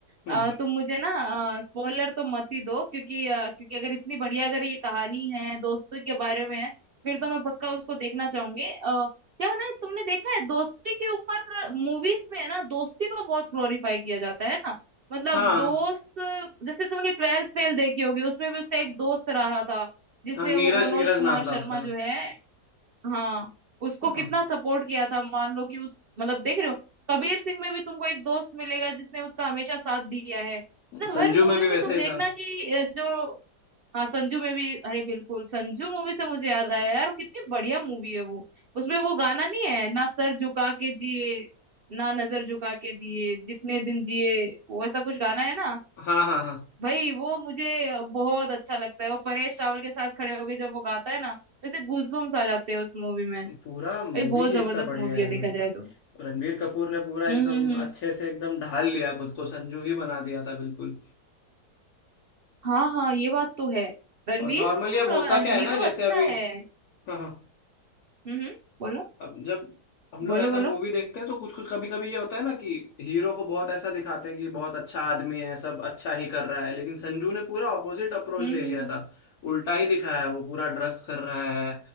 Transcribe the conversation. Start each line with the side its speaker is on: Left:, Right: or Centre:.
Left: हम्म
Right: अ, तुम मुझे ना स्पॉइलर तो मत ही दो क्योंकि अ, क्योंकि अगर इतनी बढ़िया अगर ये कहानी है दोस्तों के बारे में है फिर तो मैं पक्का उसको देखना चाहूंगी अ, क्या है ना तुमने देखा है दोस्ती के ऊपर मूवीज में है ना दोस्ती को बहुत ग्लोरीफाई किया जाता है ना मतलब
Left: हाँ
Right: दोस्त जैसे तुमने ट्वेल्थ फेल देखी होगी उसमें भी उसका एक दोस्त रहा था जिसने
Left: हाँ नीरज
Right: वो मनोज
Left: नीरज
Right: कुमार
Left: नाम
Right: शर्मा
Left: था उसका
Right: जो है हाँ उसको
Left: हाँ
Right: कितना सपोर्ट किया था मान लो कि उस मतलब देख रहे हो कबीर सिंह में भी तुमको एक दोस्त मिलेगा जिसने उसका हमेशा साथ दिया है मतलब
Left: संजू
Right: हर मूवी
Left: में भी
Right: में
Left: वैसा
Right: तुम
Left: ही
Right: देखना
Left: था
Right: कि अ, जो हाँ संजू में भी अरे बिल्कुल संजू मूवी से मुझे याद आया यार कितनी बढ़िया मूवी है वो उसमें वो गाना नहीं है ना सर झुका के जिए ना नजर झुका के दिए जितने दिन जिए वो ऐसा कुछ गाना है ना
Left: हाँ हाँ हाँ
Right: भाई वो मुझे बहुत अच्छा लगता है वो परेश रावल के साथ खड़े होके जब वो गाता है ना जैसे गूजबम्स आ जाते हैं उस मूवी में
Left: पूरा
Right: भाई
Left: मूवी
Right: बहुत
Left: ही
Right: जबरदस्त
Left: इतना बढ़िया
Right: मूवी
Left: है
Right: है देखा
Left: भाई
Right: जाए तो
Left: रणबीर कपूर ने पूरा एकदम
Right: हम्म हम्म हम्म
Left: अच्छे से एकदम ढाल लिया खुद को संजू ही बना दिया था बिल्कुल
Right: हाँ हाँ ये बात तो है रणवीर
Left: और नॉर्मली अब
Right: का
Left: होता
Right: हीरो
Left: क्या है ना जैसे
Right: अच्छा
Left: अभी
Right: है
Left: हाँ हाँ
Right: हम्म हम्म बोलो
Left: अब जब हम लोग
Right: बोलो
Left: ऐसा
Right: बोलो
Left: मूवी देखते हैं तो कुछ कुछ कभी कभी ये होता है ना कि हीरो को बहुत ऐसा दिखाते हैं कि बहुत अच्छा आदमी है सब अच्छा ही कर रहा है लेकिन संजू ने पूरा ऑपोजिट अप्रोच
Right: हम्म
Left: ले
Right: हम्म
Left: लिया
Right: हम्म।
Left: था उल्टा ही दिखाया है वो पूरा ड्रग्स कर रहा है